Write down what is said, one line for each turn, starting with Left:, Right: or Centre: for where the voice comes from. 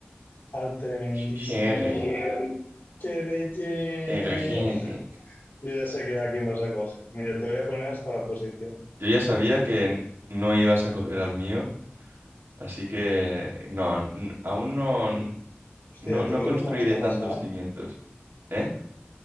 Left: al tremendísimo.
Right: Cierre,
Left: Chede, chede.
Right: cierre, siete.
Left: Yo ya sé que a quién vas a coger. Mira, te voy a poner hasta la posición.
Right: Yo ya sabía que no ibas a coger al mío Así que no, n- aún no,
Left: Hostia,
Right: no, no
Left: ¿tú ves
Right: construiré
Left: lo que me está
Right: tantos
Left: pasando?
Right: cimientos, ¿eh?